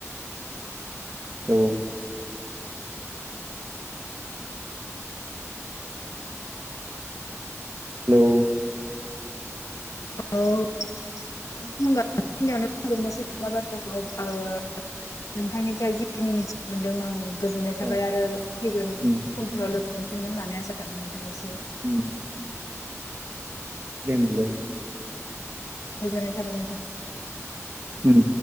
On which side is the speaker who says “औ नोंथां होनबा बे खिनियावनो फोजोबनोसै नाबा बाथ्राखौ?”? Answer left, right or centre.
Left